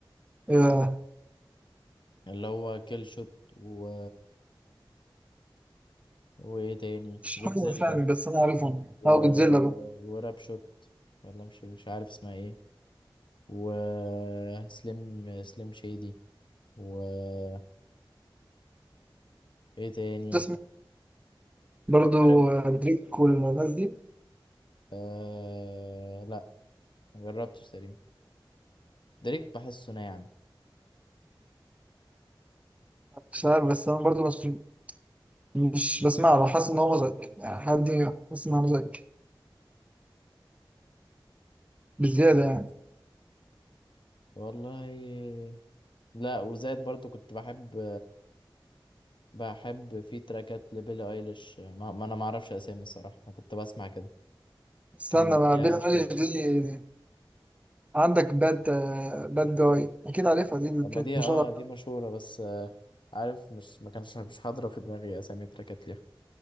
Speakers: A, on the right (about 15°); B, on the left (about 65°).
A: آه،
B: اللي هو كيل شوت و... وايه تاني
A: مش
B: جودزيلا
A: حاجة فاهم بس أنا عارفهم
B: و...
A: أه جودزيلا بقى
B: وراب شوت ولا مش مش عارف اسمها ايه وسليم سليم شادي وايه تاني
A: تسمع برضو
B: عارف
A: آه، دريك والناس دي
B: آه... لا مجربتش تقريبا دريك بحسه ناعم
A: مش عارف بس أنا برضو مش مش بسمع له حاسس إن هو مزعج يعني حد حاسس إن هو مزعج بالزيادة يعني
B: والله لا وزاد برضو كنت بحب بحب في تراكات لبيلي ايليش ما, ما انا ما اعرفش اسامي الصراحه انا كنت بسمع كده
A: استنى
B: كان
A: بقى
B: ليها
A: بيلي
B: شويه
A: أيليش دي
B: تراك.
A: عندك باد آه، باد جاي أكيد عارفها دي اللي
B: اما
A: كانت
B: دي
A: مشهورة
B: اه دي مشهوره بس آه عارف مش ما كانش مش حاضره في دماغي اسامي تراكات ليها